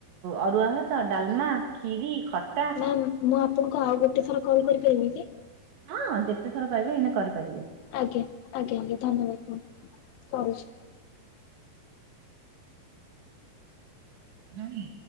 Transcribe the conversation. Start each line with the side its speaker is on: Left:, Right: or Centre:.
Right: ଅରୁଆ ଭାତ, ଡାଲମା, କ୍ଷୀରି, ଖଟ
Left: ମ ମୁଁ ଆପଣଙ୍କୁ ଆଉ ଗୋଟେ ଥର କଲ୍ କରିପାରିବି କି?
Right: ହଁ ଯେତେ ଥର ପାଇବେ ଏଇନା କରିପାରିବେ।
Left: ଆଜ୍ଞା ଆଜ୍ଞା ଆଜ୍ଞା ଧନ୍ୟବାଦ କରୁଛି।
Right: ନାହିଁ